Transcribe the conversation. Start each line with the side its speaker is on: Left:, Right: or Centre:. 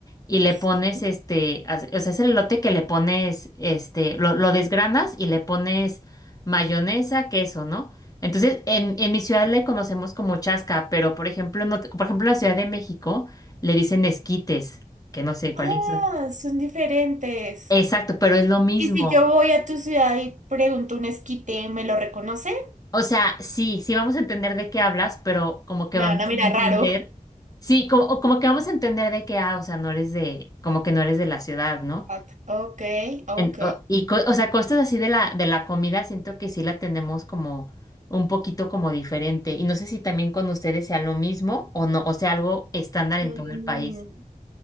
Left: y le
Right: Sí.
Left: pones este, haz- o sea, es el elote que le pones, este, lo, lo desgranas y le pones mayonesa, queso, ¿no? Entonces, en, en mi ciudad le conocemos como chasca, pero por ejemplo, en ot- por ejemplo, en la Ciudad de México le dicen esquites, que no sé cuál
Right: Ah,
Left: es.
Right: son diferentes.
Left: Exacto, pero es lo mismo.
Right: Y si yo voy a tu ciudad y pregunto un esquite, ¿me lo reconoce?
Left: O sea, sí, sí vamos a entender de qué hablas, pero como que
Right: Me
Left: vamos
Right: van a mirar
Left: a entender,
Right: raro.
Left: sí, como, o como que vamos a entender de qué, ah, o sea, no eres de, como que no eres de la ciudad, ¿no?
Right: What? Ok, ok.
Left: En- o- y, co- o sea, cosas así de la, de la comida, siento que sí la tenemos como un poquito como diferente. Y no sé si también con ustedes sea lo mismo o no, o sea, algo estándar en
Right: Mm,
Left: todo el país.